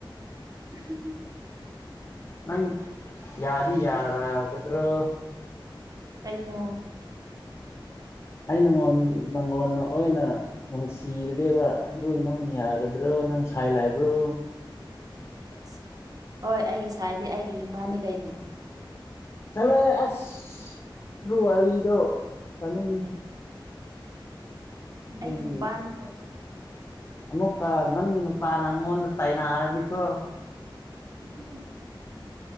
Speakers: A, on the right; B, on the left.
A: <unintelligible>
B: ꯅꯪ ꯌꯥꯗꯤ ꯌꯥꯔꯒꯗ꯭ꯔꯣ
A: ꯀꯩꯅꯣ
B: ꯑꯩ ꯅꯪꯉꯣꯟ ꯅꯪꯒꯣꯟꯅ ꯑꯣꯏꯅ ꯅꯨꯡꯁꯤꯔꯒꯦꯕ ꯑꯗꯨ ꯅꯪ ꯌꯥꯒꯗ꯭ꯔꯣ ꯅꯪ ꯁꯥꯏ ꯂꯥꯏꯕ꯭ꯔꯣ
A: ꯌꯦꯁ ꯍꯣꯏ ꯑꯩꯒꯤ ꯁꯥꯏꯗꯤ ꯑꯩꯒꯤ ꯅꯨꯄꯥꯅꯤ ꯀꯩꯅꯣ
B: ꯆꯠꯂꯦ ꯑꯁ ꯑꯗꯨ ꯋꯥꯔꯤꯗꯣ ꯆꯥꯅꯤꯡꯉ
A: ꯑꯩꯒꯤ
B: ꯅꯪꯒꯤ
A: ꯅꯨꯄꯥꯅꯤ ꯀ
B: ꯑꯃꯨꯛꯀ ꯅꯪ ꯅꯨꯄꯥ ꯅꯪꯉꯣꯟꯗ ꯇꯥꯏꯅꯔꯗꯤꯀꯣ
A: <unintelligible>